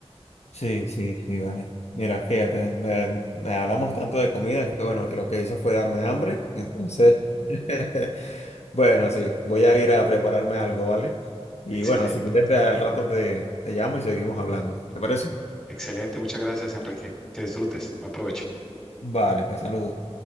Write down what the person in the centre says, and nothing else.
Excelente,
excelente. Muchas gracias, Enrique. Que disfrutes. Buen provecho.